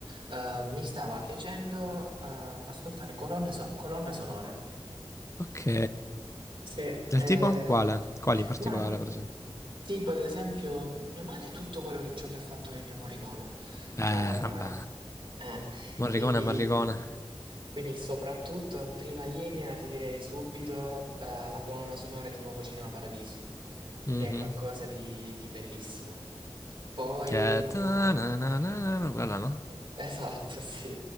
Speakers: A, on the right; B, on the left.
A: eh, mi stava piacendo, eh, ascoltare colonne, so- colonne sonore.
B: Ok.
A: Sì, eh,
B: Del tipo? Quale? Quali in particolare,
A: ma
B: per esempio?
A: tipo ad esempio, bene o male, tutto quello che, ciò che ha fatto Ennio Morricone.
B: Ah,
A: Cioè,
B: vabbè.
A: eh, eh,
B: Morricone,
A: quindi...
B: Morricone.
A: Quindi soprattutto in prima linea ti direi subito eh, la colonna sonora di Nuovo Cinema Paradiso,
B: Mhm.
A: che è qualcosa di, di bellissimo. Poi
B: Che
A: comunque...
B: ta na na na na na,
A: <laughs>
B: quella no?
A: Esatto, sì.